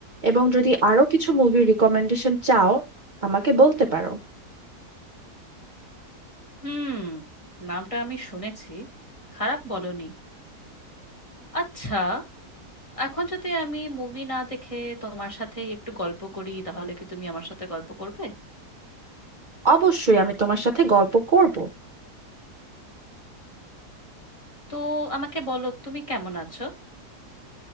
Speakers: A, on the right (about 40°); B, on the left (about 20°).
A: এবং যদি আরো কিছু মুভির রিকমেন্ডেশন চাও আমাকে বলতে পারো
B: হুম নামটা আমি শুনেছি খারাপ বলনি আচ্ছা এখন যদি আমি মুভি না দেখে তোমার সাথেই একটু গল্প করি তাহলে কি তুমি আমার সাথে গল্প করবে
A: অবশ্যই আমি তোমার সাথে গল্প করব
B: তো আমাকে বলো তুমি কেমন আছো